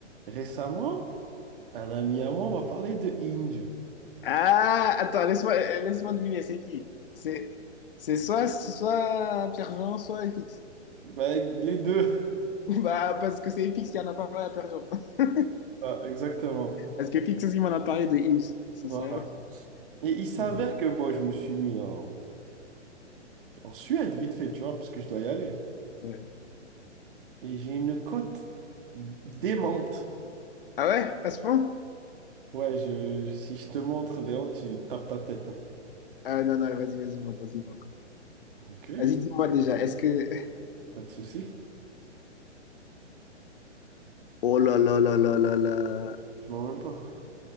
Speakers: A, on the right; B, on the left.
A: récemment, un ami à moi m'a parlé de Hinge.
B: Ah, attends, laisse-moi euh, laisse-moi deviner, c'est qui? C'est c'est soit, soit Pierre-Jean, soit FX.
A: Ben, les deux.
B: <laughs> Bah, parce que c'est FX qui en a parlé à Pierre-Jean. <laughs>
A: Ah, exactement.
B: Parce que FX aussi m'en a parlé de Ims, c'est
A: Voilà.
B: ça. <laughs>
A: Et il s'avère
B: Hmm.
A: que bon, je me suis mis en, en Suède vite fait, tu vois, parce que je dois y aller.
B: Ouais.
A: Et j'ai une cote démente.
B: Ah ouais, à ce point?
A: Ouais, je, si je te montre, Léon, tu tapes ta tête. hein.
B: Ah non, non, vas-y, vas-y, montre, vas-y, montre.
A: Ok.
B: Vas-y, dis-moi déjà, est-ce que...
A: Pas de souci.
B: <laughs> Oh là là là là là là.
A: Je vois même pas.